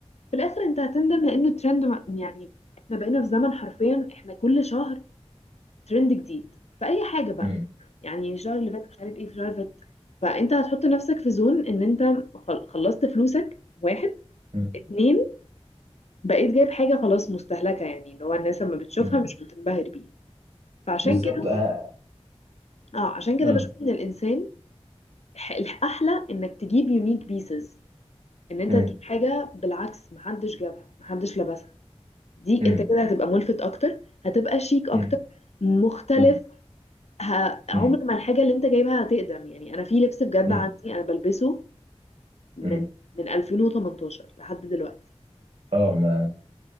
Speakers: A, on the left; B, on the right.
A: في الاخر انت هتندم لانه الترند ما- يعني احنا بقينا في زمن حرفيا احنا كل شهر ترند جديد في اي حاجه بقى
B: مم.
A: يعني الشهر اللي فات مش عارف ايه في الشهر اللي فات فانت هتحط نفسك في زون ان انت خل- خلصت فلوسك واحد
B: مم.
A: اتنين بقيت جايب حاجه خلاص مستهلكه يعني اللي هو الناس لما بتشوفها
B: مم.
A: مش بتنبهر بيها فعشان
B: بالظبط
A: كده
B: آه.
A: اه عشان كده
B: مم.
A: بشوف ان الانسان ح- الاحلى انك تجيب يونيك بيسز ان انت
B: مم.
A: تجيب حاجه بالعكس محدش جابها محدش لبسها دي
B: مم.
A: انت كده هتبقى ملفت اكتر هتبقى شيك اكتر
B: مم.
A: مختلف
B: مم.
A: ه... عمر
B: مم.
A: ما الحاجه اللي انت جايبها هتقدم يعني انا في لبس بجد
B: مم.
A: عندي انا بلبسه من
B: مم.
A: من 2018 لحد دلوقتي
B: اه
A: يعني
B: ما